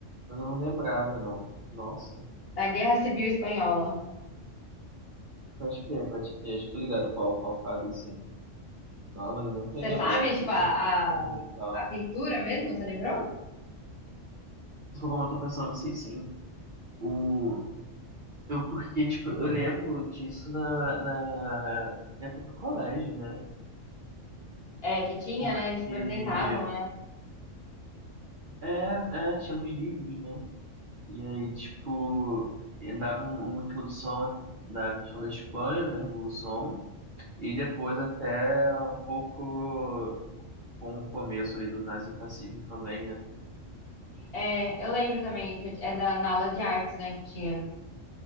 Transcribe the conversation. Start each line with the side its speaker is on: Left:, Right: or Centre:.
Right: Mas eu não lembrava, não. Nossa.
Left: da Guerra Civil Espanhola.
Right: Pode crer, pode crer. Acho que tô ligado qual, qual quadro, sim. Não, mas eu nunca
Left: Você
Right: ia lembrar,
Left: sabe,
Right: assim,
Left: tipo,
Right: de
Left: a,
Right: um nome
Left: a,
Right: e tal.
Left: a pintura mesmo, você lembrou?
Right: Se for como eu tô pensando, eu sei sim. O... Eu, porque, tipo, eu lembro disso na, na, na época do colégio, né?
Left: É, que tinha,
Right: Porque,
Left: né? Eles apresentavam, né?
Right: é, é, tinha nos livros, né? E aí, tipo, eu dava um- uma introdução na questão da Espanha, da Revolução, e depois até um pouco com o começo ali do nazifascismo também, né?
Left: É, eu lembro também que eu- é da, na aula de artes, né, que tinha,